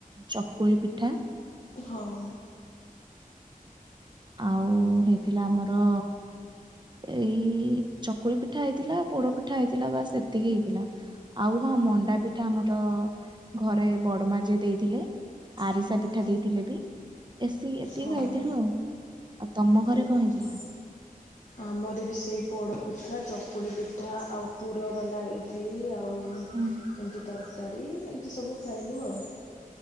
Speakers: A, on the right (about 30°); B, on the left (about 55°).
A: ଚକୁଳି ପିଠା।
B: ହୋଉ।
A: ଆଉ ହେଇଥିଲା ଆମର ଏଇ ଚକୁଳି ପିଠା ହେଇଥିଲା ପୋଡ ପିଠା ହେଇଥିଲା ବା ସେତିକି ହେଇଥିଲା। ଆଉ ହଁ ମଣ୍ଡା ପିଠା ଆମର ଘରେ ବଡମା ଯିଏ ଦେଇଥିଲେ। ଆରିସା
B: ହୁଁ
A: ପିଠା ଦେଇଥିଲେ ବି ଏସି ଏତିକି
B: ହଁ
A: ଖାଇଥିଲୁ ଆଉ। ଆଉ ତମ
B: ଭଲ
A: ଘରେ କଣ
B: କଥା।
A: ହେଇଥିଲା?
B: ଆମର ବି ସେଇ ପୋଡ଼ପିଠା ଚକୁଳି ପିଠା ଆଉ ପୁର ବାଲା ଇଟିଲି ଆଉ ଉ ଏମିତି
A: ହୁଁ।
B: ତରକାରୀ ଏମିତି ସବୁ ଖାଇଲୁ ଆଉ।